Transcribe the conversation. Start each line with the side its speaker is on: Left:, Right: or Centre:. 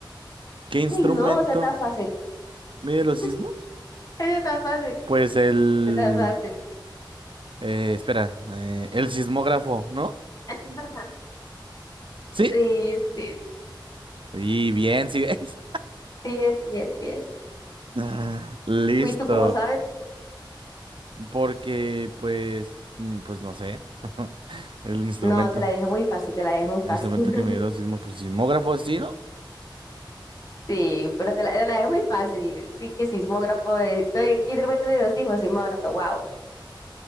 Right: ¿qué instrumento
Left: Ay, no, esa está fácil.
Right: mide los
Left: <laughs>
Right: sismos?
Left: Esa está fácil.
Right: Pues el...
Left: Esa está fácil.
Right: eh, espera, eh, el sismógrafo, ¿no?
Left: <laughs>
Right: ¿Sí?
Left: Sí, sí,
Right: Y bien, sí ves.
Left: 10, 10, 10.
Right: <laughs> Listo.
Left: Uy, ¿tú cómo sabes?
Right: Porque, pues, mm, pues no sé. <laughs> El instrumento.
Left: No, te la dejé muy fácil, te la dejé muy
Right: El
Left: fácil.
Right: instrumento
Left: <laughs>
Right: que me dieron sismos, pues sismógrafo, ¿sí, no?
Left: Sí, pero te la, te la dejé muy fácil. Sí, que sismógrafo, eh, que que de repente me dio sismo, sismógrafo, wow.